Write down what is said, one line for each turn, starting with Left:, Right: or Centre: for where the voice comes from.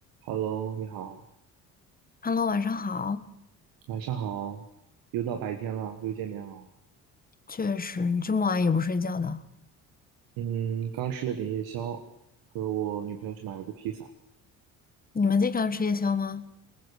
Right: Hello，你好，
Left: Hello，晚上好。
Right: 晚上好，又到白天了，又见面了。
Left: 确实，你这么晚也不睡觉的，
Right: 嗯，刚吃了点夜宵，和我女朋友去买了个披萨。
Left: 你们经常吃夜宵吗？